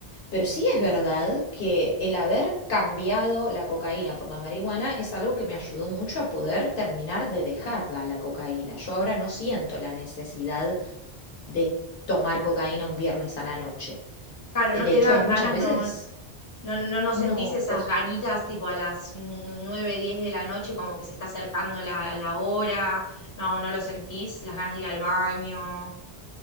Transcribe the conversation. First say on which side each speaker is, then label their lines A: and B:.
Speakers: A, on the left (about 65°); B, on the left (about 20°).
A: pero sí es verdad que el haber cambiado la cocaína por la marihuana es algo que me ayudó mucho a poder terminar de dejarla, la cocaína. Yo ahora no siento la necesidad de tomar cocaína un viernes a la noche.
B: Claro,
A: De
B: no te
A: hecho,
B: dan
A: hay muchas
B: ganas,
A: veces,
B: no, no, no, no
A: no,
B: sentís esas
A: por,
B: ganitas tipo a las nueve, diez de la noche, como que se está acercando la, la hora, no, no lo sentís, las ganas de ir al baño.